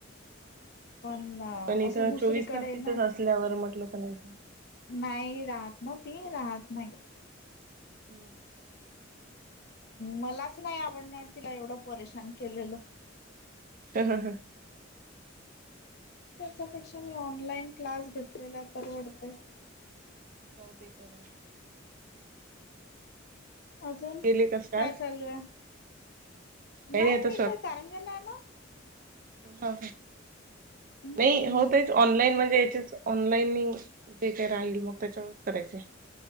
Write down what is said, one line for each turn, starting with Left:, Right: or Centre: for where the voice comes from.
Left: पण असं
Right: पण इथं
Left: दुसरीकडे
Right: चोवीस तास तिथंच
Left: नाही.
Right: असल्यावर म्हटलं तर नाही का.
Left: नाही राहत न ती राहत नाही‌.
Right: <inaudible>
Left: मलाच नाही आवडणार तिला एवढं परेशान केलेलं.
Right: ह ह ह.
Left: त्याच्यापेक्षा हे ऑनलाईन क्लास घेतलेलं परवडते.
Right: नव्हते करत‌.
Left: अजून
Right: केले का स्टार्ट
Left: काय चालूए?
Right: काही
Left: नाही
Right: आता
Left: मी तर करंजाला आला.
Right: ह.
Left: हम्म
Right: नाही होत आहेत ऑनलाईन म्हणजे याचेच ऑनलाईनीग. जे काय राहील मग त्याच्यावरच करायच.